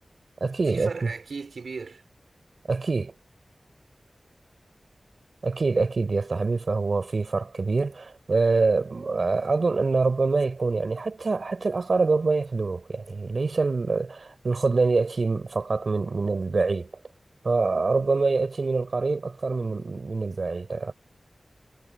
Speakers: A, on the right (about 70°); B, on the right (about 85°).
A: أكيد
B: في فرق
A: أكيد
B: اكيد كبير
A: أكيد أكيد أكيد يا صاحبي فهو في فرق كبير آه، أظن أن ربما يكون يعني حتى حتى الأقارب ربما يخدعوك يعني ليس ال- الخذلان يأتي فقط من من البعيد فربما يأتي من القريب أكثر من من البعيد